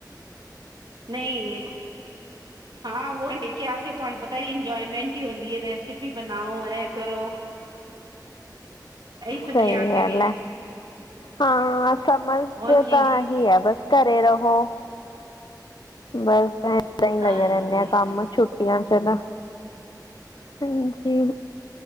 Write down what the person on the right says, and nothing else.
ਨਹੀਂ। ਹਾਂ ਵ ਡਿੱ ਕੇ ਆ ਕੇ ਤੁਹਾਨੂੰ ਪਤਾ ਹੀ ਇੰਜੋਏਮੈਂਟ ਹੀ ਹੁੰਦੀ ਹੈ ਰੈਸਪੀ ਬਣਾਓ ਇਹ ਕਰੋ ਇਹੀ ਸਭ
ਕੇ ਆ ਕੇ
ਵੀ
ਹੋਰ
ਕੀ
ਹਾਂਜੀ